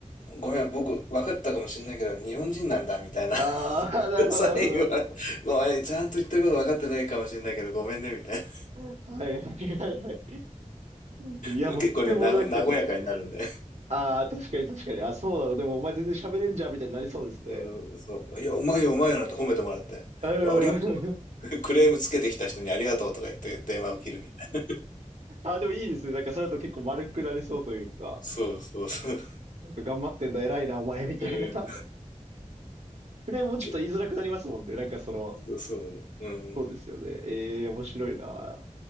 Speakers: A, on the left; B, on the right.
A: ごめん、僕、分かったかもしれないけど、日本人なんだ、みたいな。
B: ああ、
A: <laughs>
B: なるほど、
A: 最後は、
B: なるほど。
A: ごめん、ちゃんと言ってること分かってないかもしれないけど、ごめんね、みたいな。
B: はいはいはいはい。そうですねいや、
A: でも結構ね、
B: 僕もなんか、
A: なご、和やかになるんで。
B: ああ、確かに確かに、あ、そうなの、でもお前全然喋れんじゃんみたいになりそうですね。
A: うん、そう。いや、うまいよ、うまいよなって褒めてもらって。
B: うん。
A: いや、ありがとう。クレームつけてきた人にありがとうとか言って電話を切るみたいな。
B: あ、でもいいですね。なんかそれだと結構丸くなりそうというか、
A: そうそうそう。
B: なんか頑張ってんだ、偉いな、お前、みたいな。
A: うん。
B: <laughs> フレームもちょっと言いづらくなりますもんね。
A: け、
B: なんかその、
A: そうそう。うん。
B: そうですよね。ええ面白いな。